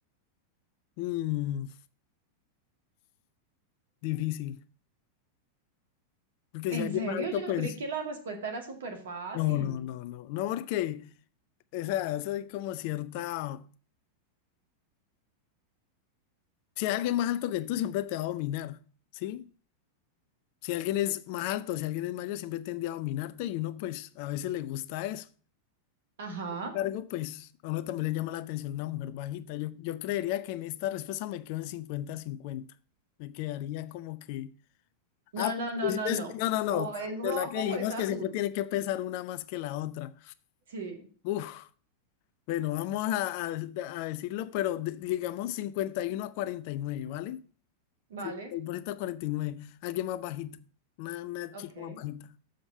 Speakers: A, on the left; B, on the right.
A: Mm, difícil. Porque
B: ¿En
A: si alguien
B: serio?
A: más alto,
B: Yo
A: pues...
B: creí que la respuesta era súper fácil.
A: No, no, no, no. No, porque... O sea, eso es como cierta... Si hay alguien más alto que tú, siempre te va a dominar, ¿sí? Si alguien es más alto, si alguien es mayor, siempre tiende a dominarte y uno pues a veces le gusta eso.
B: Ajá.
A: Cargo, pues a uno también le llama la atención una mujer bajita. Yo, yo creería que en esta respuesta me quedo en 50 cincuenta Me quedaría como que...
B: No,
A: Ah,
B: no,
A: pero
B: no,
A: tú dices
B: no, no.
A: que- no, no, no.
B: O es rojo
A: De la que dijimos
B: o es azul.
A: que siempre tiene que pesar una más que la otra.
B: Sí,
A: Uf, bueno, vamos a, a- a decirlo, pero de- digamos cincuenta y uno a cuarenta y nueve ¿vale?
B: vale.
A: 50% a cuarenta y nueve Alguien más bajito. Una, una
B: Ok.
A: chica más bajita.